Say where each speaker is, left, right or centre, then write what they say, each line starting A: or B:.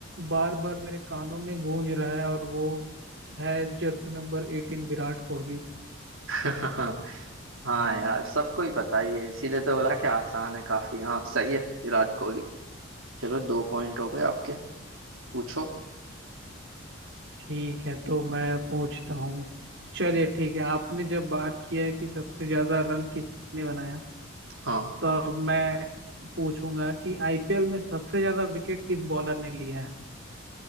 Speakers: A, on the right; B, on the right.
A: बार बार मेरे कानों में गूंज रहा है और वो है जर्सी नंबर एटीन विराट कोहली
B: <laughs> हाँ यार सबको ही पता ही है इसीलिए तो बोला कि आसान है काफी हाँ सही है विराट कोहली चलो दो पॉइंट हो गए आपके पूछो
A: ठीक है तो मैं पूछता हूँ चलिए ठीक है आपने जब बात किया है कि सबसे ज्यादा रन किसने बनाया
B: हाँ
A: तो अब मैं पूछूंगा कि आईपीएल में सबसे ज्यादा विकेट किस बॉलर ने लिया है